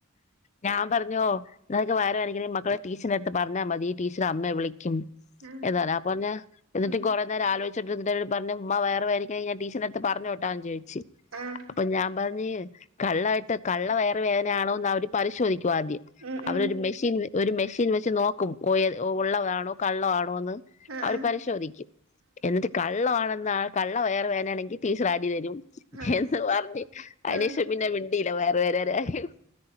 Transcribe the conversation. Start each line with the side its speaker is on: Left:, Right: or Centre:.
Left: ഞാൻ പറഞ്ഞോ നിനക്ക് വയറ് വേദനിക്കന്നെങ്കി മക്കളെ ടീച്ചറിന്റെ എടുത്ത് പറഞ്ഞാ മതി ടീച്ചർ അമ്മയെ വിളി ക്കും
Right: ആഹ്
Left: എന്ന് പറഞ്ഞ് അപ്പൊ പറഞ്ഞ് എന്നിട്ട്
Right: ഉം
Left: കൊറേ നേരം ആലോചി ച്ചിട്ട് എന്റടുത്ത് പറഞ്ഞ് ഉമ്മ വയറ് വേദനിക്കുന്നെങ്കി ഞാൻ ടീച്ചറിന്റടുത്ത് പറഞ്ഞോട്ടാന്ന് ചോ ച്ച്
Right: ആഹ്
Left: അപ്പൊ ഞാൻ പറഞ്ഞ് കള്ളായിട്ട് കള്ള വയറ് വേദനയാണോന്ന് അവര് പരിശോധിക്കും ആദ്യം
Right: ഉം
Left: അവരൊരു
Right: ഉം
Left: മെഷീൻ ഒരു മെഷീൻ വെച്ച് നോക്കും ഓയെ ഒള്ളതാണോ കള്ളവാണോന്ന്
Right: ആഹ്
Left: അവർ
Right: ആഹ്
Left: പരിശോധിക്കും എന്നിട്ട് കള്ളവാണ് ന്ന കള്ള വയറു വേദനാണെങ്കി ടീച്ചർ ആടി തരും
Right: ആഹ് ആഹ്
Left: എന്ന് പറഞ്ഞ് അതിനേഷം
Right: ആഹ്
Left: പിന്നെ മിണ്ടി ല്ല വയറുവേദനേടെ കാര്യം